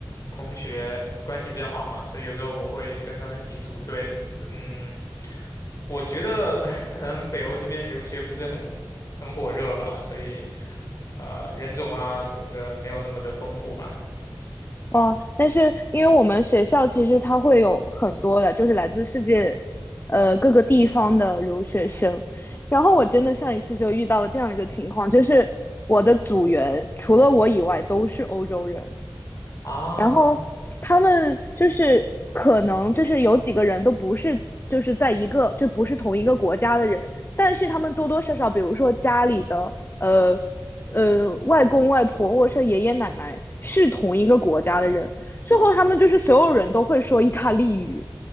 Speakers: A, on the left; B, on the left.
A: 同学关系比较好嘛，所以有时候我会跟他们一起组队，嗯。我觉得 <laughs> 可能北欧这边留学不是很很火热吧，所以呃人种啊什么的没有那么的丰富吧。
B: 哦，但是因为我们学校其实它会有很多的，就是来自世界，呃各个地方的留学生。然后我真的上一次就遇到了这样一个情况，就是我的组员除了我以外都是欧洲人，
A: 啊，
B: 然后他们就是可能就是有几个人都不是就是在一个就不是同一个国家的人，但是他们多多少少，比如说家里的呃呃外公外婆或者是爷爷奶奶是同一个国家的人，最后他们就是所有人都会说意大利语。